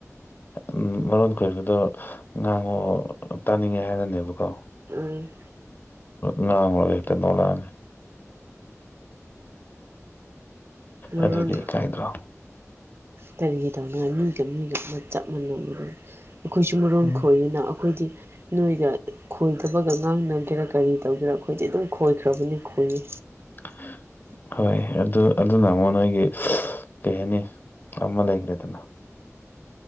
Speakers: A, on the left; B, on the right.
A: ꯎꯝ ꯃꯔꯣꯟ ꯀꯣꯏꯕꯗꯣ ꯉꯥꯡꯉꯣ ꯇꯥꯅꯤꯡꯉꯦ ꯍꯥꯏꯔꯅꯦꯕꯀꯣ
B: ꯎꯝ
A: ꯉꯥꯡꯉꯨꯔꯒ ꯍꯦꯛꯇ ꯅꯣꯛꯂꯛꯑꯅꯤ
B: ꯃꯔꯣꯟ
A: ꯑꯗꯨꯗꯤ ꯏꯀꯥꯏꯗ꯭ꯔꯣ
B: ꯀꯔꯤꯒꯤ ꯇꯧꯅꯉꯥꯢ ꯃꯤꯒ ꯃꯤꯒ ꯑꯃ ꯆꯞ ꯃꯥꯟꯅꯕꯁꯤꯕꯨ ꯑꯩꯈꯣꯏꯁꯨ ꯃꯔꯣꯟ
A: ꯎꯝ
B: ꯈꯣꯏꯅ ꯑꯩꯈꯣꯏꯗꯤ ꯅꯣꯏꯒ ꯈꯣꯏꯗꯕꯒ ꯉꯥꯡꯅꯒꯦꯔꯥ ꯀꯔꯤ ꯇꯧꯒꯦꯔꯥ ꯑꯩꯈꯣꯏꯗꯤ ꯑꯗꯨꯝ ꯈꯣꯏꯈ꯭ꯔꯕꯅꯤ ꯈꯣꯏꯌꯦ
A: <inaudible> ꯍꯣꯏ ꯑꯗꯨ ꯑꯗꯨꯅ ꯑꯃꯨꯛ ꯅꯣꯏꯒꯤ ꯀꯩ ꯍꯥꯏꯅꯤ ꯑꯃ ꯂꯩꯈ꯭ꯔꯦꯗꯅ